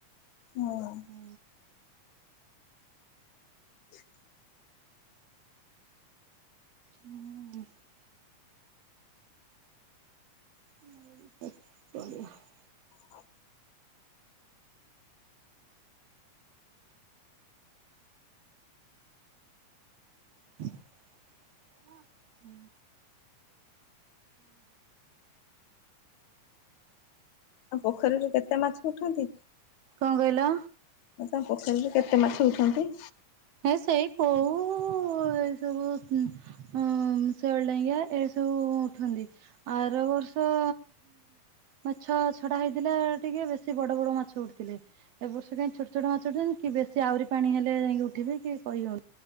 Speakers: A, on the left; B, on the right.
A: ହୁଁ।
B: ହୁଁ।
A: ହ <inaudible>
B: ହୁଁ। ଆଉ <unintelligible>
A: ହଉ
B: <unintelligible> ହୁଁ।
A: ଆଉ ପୋଖରୀରେ କେତେ ମାଛ ଉଠନ୍ତି?
B: କଣ କହିଲ?
A: ତାଙ୍କ ପୋଖରୀରୁ କେତେ ମାଛ ଉଠନ୍ତି।
B: ହେ ସେଇ କଉ ଏ ଶେଉଳ ଟାଙ୍ଗିଆ ଏସବୁ ଉଠନ୍ତି। ଆର ବର୍ଷ ମାଛ ଛଡା ହେଇଥିଲା ଟିକେ ବେଶୀ ବଡ ବଡ ମାଛ ଉଠିଥିଲେ। ଏ ବର୍ଷ କାଇଁ ଛୋଟ ଛୋଟ ମାଛ ଉଠଲେଣି କି ବେଶୀ ଆହୁରି ପାଣି ହେଲେ ଯାଇକି ଉଠିବେ କି କହି ହଉନି।